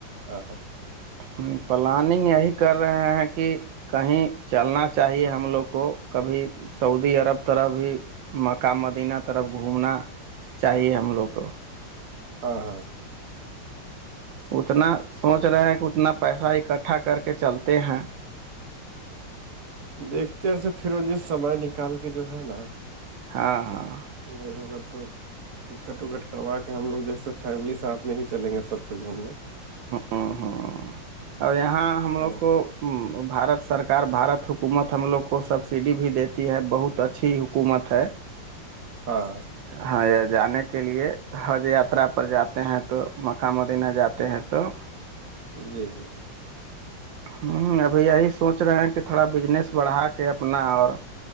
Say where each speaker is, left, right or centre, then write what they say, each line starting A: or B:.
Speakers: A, on the right; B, on the right.
A: ہاں ہاں <inaudible>
B: ہ پلاننگ یہی کر رہے ہیں کہ کہیں چلنا چاہیے ہم لوگ کو کبھی سعودی عرب طرح بھی مکہ مدینہ طرف گھومنا چاہیے ہم لوگ کو
A: ہاں ہاں
B: اتنا سوچ رہے ہیں کہ اتنا پیسہ اکٹھا کر کے چلتے ہیں
A: دیکھتے ہیں سے پھرو یہ سمے نکال کے جو ہے نا
B: ہاں ہاں <unintelligible>
A: نہیں ہوگا تو <unintelligible> ٹکٹ وکٹ کروا کے ہم لوگ جیسے فیملی ساتھ میں ہی چلیں گے سب کو گھومنے
B: ہاں ہاں اب یہاں ہم
A: ہاں
B: لوگ کو بھارت سرکار بھارت حکومت ہم لوگ کو سبسڈی بھی دیتی ہے بہت اچھی حکومت ہے
A: ہاں <inaudible>
B: ہاں جانے کے لیے حج یاترا پر جاتے ہیں تو مکہ مدینہ جاتے ہیں تو
A: جی جی <unintelligible>
B: ہوں ابھی یہی سوچ رہے ہیں کہ تھوڑا بجنس بڑھا کے اپنا اور